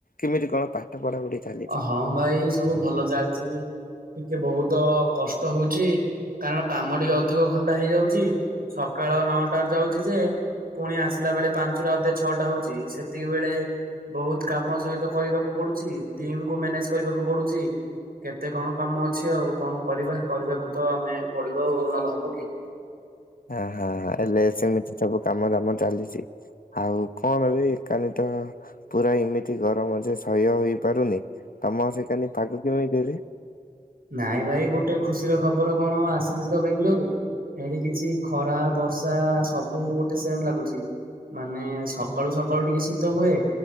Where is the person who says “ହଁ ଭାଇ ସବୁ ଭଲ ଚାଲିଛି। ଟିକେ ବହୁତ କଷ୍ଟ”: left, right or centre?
Right